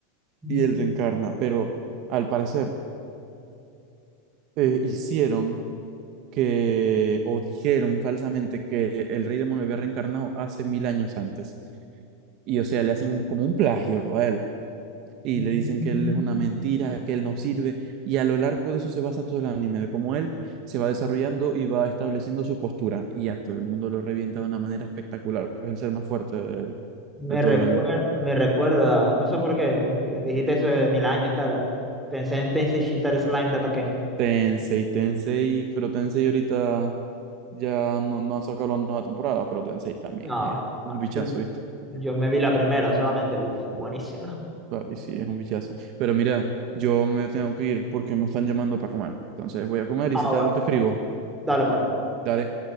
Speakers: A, in the centre; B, on the right.
A: Mm,
B: y él reencarna. Pero al parecer eh, hicieron que, o dijeron falsamente que el rey demonio había reencarnado hace mil años antes. Y o sea, le hacen un- como un plagio a él. y
A: mm.
B: le dicen que él es una mentira, que él no sirve, y a lo largo de eso se basa todo el anime, de cómo él se va desarrollando y va estableciendo su postura, y a todo el mundo lo revienta de una manera espectacular, porque es el ser más fuerte de,
A: Me
B: de todo
A: recuer-
B: el anime.
A: me recuerda, no sé por qué, eh, dijiste eso de mil años, tal. Pensé en Tensei Shitara Slime de Ataken.
B: Tensei, Tensei, pero Tensei ahorita ya no, no ha sacado la nueva temporada, pero Tensei también
A: No,
B: es un
A: ah,
B: bichazo,
A: eh,
B: ¿viste?
A: yo me vi la primera solamente, uff, buenísima.
B: Papi, sí, es un bichazo. Pero mira, yo me tengo que ir porque me están llamando para comer, entonces voy a comer
A: Ah,
B: y si tal
A: bueno,
B: te escribo.
A: dale pues.
B: Dale.